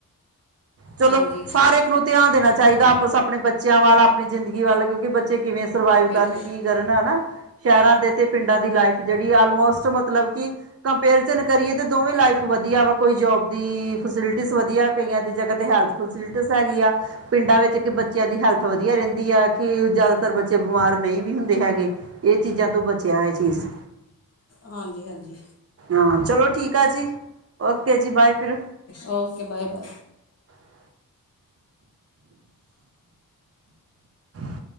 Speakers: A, on the right; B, on the left.
A: ਚਲੋ
B: ਹਾਂਜੀ
A: ਸਾਰੇ ਇੱਕ ਨੂੰ ਧਿਆਨ ਦੇਣਾ ਚਾਹੀਦਾ ਆਪਸ ਆਪਣੇ ਬੱਚਿਆਂ ਵੱਲ ਆਪਣੀ ਜ਼ਿੰਦਗੀ ਵੱਲ ਕਿਉਂਕਿ ਬੱਚੇ ਕਿਵੇਂ ਸਰਵਾਈਵ
B: ਬਿਲਕੁਲ
A: ਕਰਨ ਕੀ ਕਰਨ ਹਨਾ ਸ਼ਹਿਰਾਂ ਦੇ ਤੇ ਪਿੰਡਾਂ ਦੀ ਲਾਈਫ ਜਿਹੜੀ ਆਲਮੋਸਟ ਮਤਲਬ ਕਿ ਕੰਪੇਰੀਜ਼ਨ ਕਰੀਏ ਤੇ ਦੋਵੇਂ ਲਾਈਫ ਵਧੀਆ ਵਾ ਕੋਈ ਜੋਬ ਦੀ ਫੈਸਿਲਿਟੀ ਵਧੀਆ ਕਈਆਂ ਦੀ ਜਗ੍ਹਾ ਤੇ ਹੈਲਥ ਫੈਸਿਲਟੀਸ ਹੈਗੀ ਆ ਪਿੰਡਾਂ ਵਿੱਚ ਕਿ ਬੱਚਿਆਂ ਦੀ ਹੈਲਥ ਵਧੀਆ ਰਹਿੰਦੀ ਆ ਕਿ ਜ਼ਿਆਦਾਤਰ ਬੱਚੇ ਬਿਮਾਰ ਨਹੀਂ ਵੀ ਹੁੰਦੇ ਹੈਗੇ ਇਹ ਚੀਜ਼ਾਂ ਤੋਂ ਬਚਿਆ ਇਹ ਚੀਜ਼
B: ਹਾਂਜੀ- ਹਾਂਜੀ
A: ਹਾਂ, ਚਲੋ ਠੀਕ ਆ ਜੀ। ਓਕੇ ਜੀ, ਬਾਏ ਫਿਰ
B: ਓਕੇ ਬਾਏ- ਬਾਏ
A: <inaudible> <inaudible> ਹ <unintelligible>